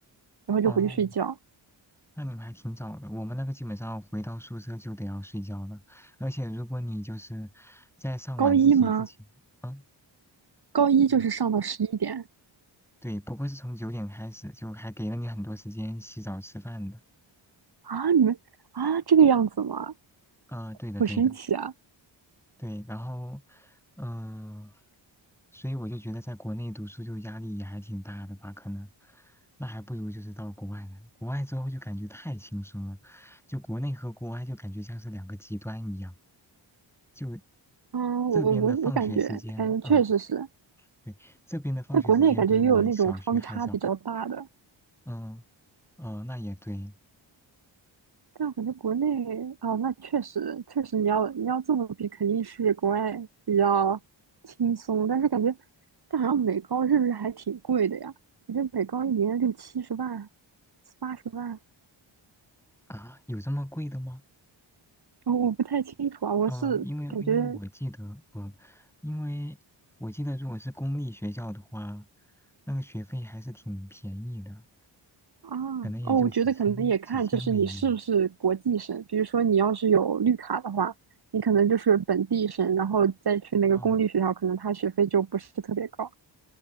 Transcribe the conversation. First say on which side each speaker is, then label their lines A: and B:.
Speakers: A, on the right; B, in the centre.
A: 然后就回去睡觉。
B: 哦，那你们还挺早的。我们那个基本上回到宿舍就得要睡觉了，而且如果你就是在上晚自习之前，
A: 高一吗？
B: 嗯。
A: 高一就是上到十一点
B: 对的，对，不过是从九点开始，就还给了你很多时间洗澡吃饭的。
A: 啊？你们啊这个样子吗？
B: 啊、对的，
A: 好神奇啊！
B: 对的，对。然后，嗯、所以我就觉得在国内读书就压力也还挺大的吧，可能，那还不如就是到国外来。国外之后就感觉太轻松了，就国内和国外就感觉像是两个极端一样。就
A: 嗯，
B: 这边的放学时间，
A: 我我我感觉感觉确实是，
B: 嗯、对，这边的放学时间比我小学还早。
A: 在国内感觉也有那种方差比较大的，
B: 嗯、呃，那也对
A: 但我感觉国内啊，那确实确实，你要你要这么比，肯定是国外比较轻松。但是感觉，但好像美高是不是还挺贵的呀？我觉得美高一年六七十万、七八十万，
B: 啊，有这么贵的吗？
A: 哦，我不太清楚啊。我是感觉
B: 呃，因为因为我记得不，因为我记得如果是公立学校的话，那个学费还是挺便宜的，
A: 啊，
B: 可能也就几千几千美元。
A: 哦，我觉得可能也看就是你是不是国际生。比如说你要是有绿卡的话，你可能就是本地生，然后再去那个公立学校，
B: 哦，
A: 可能他学费就不是特别高